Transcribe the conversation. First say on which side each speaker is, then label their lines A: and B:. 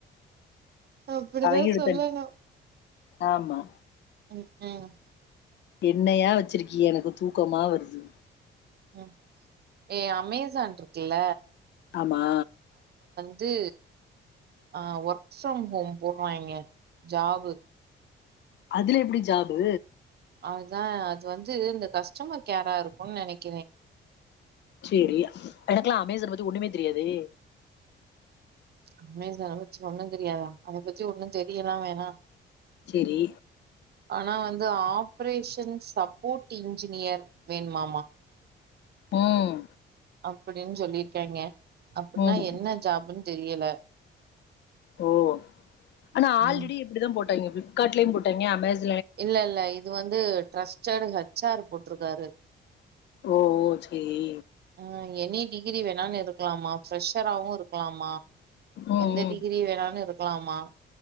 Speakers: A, on the right (about 55°); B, on the left (about 60°).
A: அப்படிதான்
B: அவங்க எடுத்தன்
A: சொல்லணும்
B: ஆமா
A: உம் உஹம்
B: என்னயா வச்சிருக்கிய எனக்கு தூக்கமா வருது
A: உம் ஏ அமேசான் இருக்குல்ல
B: ஆமா
A: அது ஆஹ் ஒர்க் ஃப்ரம் ஹோம் போடுறாங்கய ஜாபு
B: அதுல எப்படி ஜாபு
A: அதுதான் அது வந்து இந்த கஸ்டமர் கேரா இருக்கும் நினைக்கிறேன்
B: செரி எனக்கெல்லாம் அமேசன் பத்தி ஒண்ணுமே தெரியாது
A: அமேசன் அத பத்தி ஒண்ணும் தெரியாதா அதை பத்தி ஒன்னும் தெரியலாம் வேணாம்
B: சேரி
A: ஆனா வந்து ஆப்ரேஷன்ப் ஸ்கூட்டி இன்ஜினியர் வேணுமாமா
B: உம்
A: அப்படின்னு சொல்லிருக்காங்கய அப்படின்னா
B: ம்
A: என்ன ஜாப்ன்னு தெரிய தெரியல
B: ஓ ஆனா ஆல்ரெடி
A: ம்
B: இப்படிதான் போட்ட பிப்கார்ட்லய போட்டங்கய அமேசான்
A: இல்ல இல்ல இது வந்து டிரஸ்டட் ஹச் ஆர் போட்டிருக்காரு
B: ஓ ஓ சேரி
A: ஆஹ் எனி டிகிரி வேணாலும் இருக்கலாமாம் ஃப்ரெஷராவு இருக்கலாமா
B: ம்
A: எந்த
B: ம்
A: டிகிரி வேணாலும் இருக்கலாமா